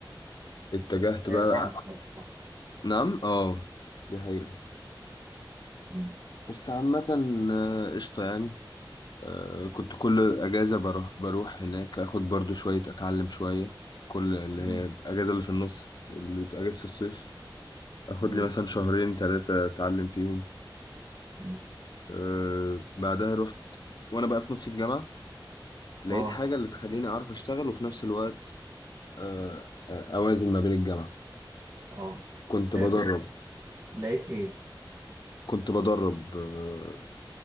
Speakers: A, on the left (about 55°); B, on the right (about 40°).
A: اتجهت
B: حاجه
A: بقى
B: تزعل بصراحه
A: نعم اه دي حقيقه
B: امم
A: بس عامه آه، قشطه يعني آه، كنت كل اجازه بروح بروح هناك اخد برضو شويه اتعلم شويه كل اللي
B: امم
A: هي الاجازه اللي في النص اللي بتبقى اجازه الصيف اخد
B: امم
A: لي مثلا شهرين ثلاثه اتعلم فيهم
B: أمم.
A: أه بعدها رحت وانا بقى في نص الجامعه لقيت
B: اه
A: حاجه اللي تخليني اعرف اشتغل وفي نفس الوقت أه آه، اوازن ما بين الجامعه
B: اه
A: كنت
B: إيه
A: بدرب
B: كنت لقيت ايه
A: كنت بدرب أه